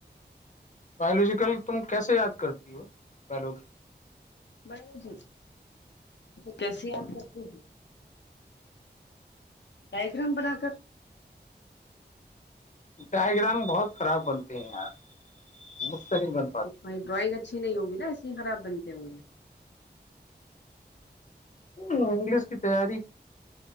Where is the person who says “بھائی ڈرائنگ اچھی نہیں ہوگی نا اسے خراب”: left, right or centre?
Left